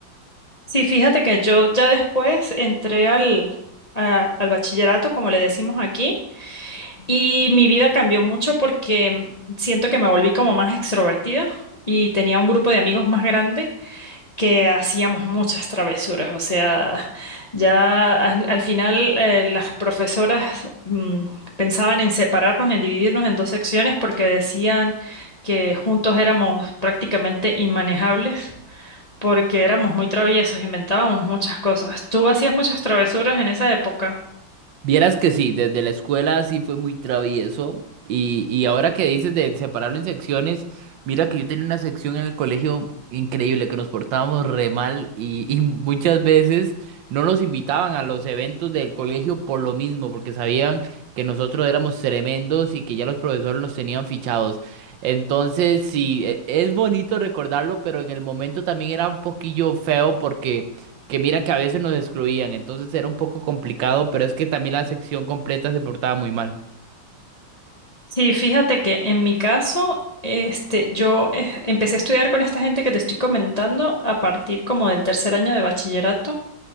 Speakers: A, on the left; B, on the right.
A: Sí, fíjate que yo ya después entré al, a- al bachillerato, como le decimos aquí, y mi vida cambió mucho porque siento que me volví como más extrovertida y tenía un grupo de amigos más grande que hacíamos muchas travesuras. O sea, ya al, al final eh, las profesoras mm, pensaban en separarnos, en dividirnos en dos secciones porque decían que juntos éramos prácticamente inmanejables. porque éramos muy traviesos, inventábamos muchas cosas. ¿Tú hacías muchas travesuras en esa época?
B: Vieras que sí, desde la escuela sí fue muy travieso y, y ahora que dices de separarlo en secciones, mira que yo tenía una sección en el colegio increíble, que nos portábamos re mal y, y muchas veces no nos invitaban a los eventos del colegio por lo mismo, porque sabían que nosotros éramos tremendos y que ya los profesores nos tenían fichados. Entonces sí, e- es bonito recordarlo, pero en el momento también era un poquillo feo porque que mira que a veces nos excluían, entonces era un poco complicado, pero es que también la sección completa se portaba muy mal.
A: Sí, fíjate que en mi caso, este, yo eh, empecé a estudiar con esta gente que te estoy comentando a partir como del tercer año de bachillerato